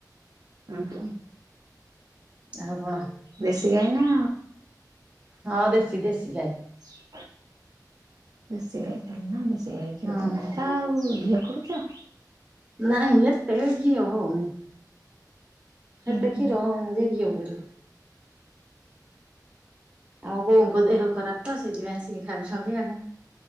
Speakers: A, on the right; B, on the right.
A: ଊ ହଁ।
B: ଆଉ କଣ
A: ଦେଶୀ ଗାଈ ନା।
B: ହଁ ଦେସି ଦେସି ଗାଇ।
A: <unintelligible> ସେ ଗାଈ କ୍ଷୀର
B: ହୁଁ
A: ତ ମିଠା
B: ହୁଁ।
A: ଆଉ ଘିଅ କରୁଛ।
B: ନାଇଁ ଏତେ ଘିଅ ହଉନି
A: ଉହୁଁ
B: ଏତେ କ୍ଷୀର ହଉନି ଯେ ଘିଅ <unintelligible> ଆମ ବୋଉଙ୍କ ଦେହ ଖରାପ ତ ସେଇଥିପାଇଁ ସିଏ ଖାଉଛନ୍ତି ଆଗ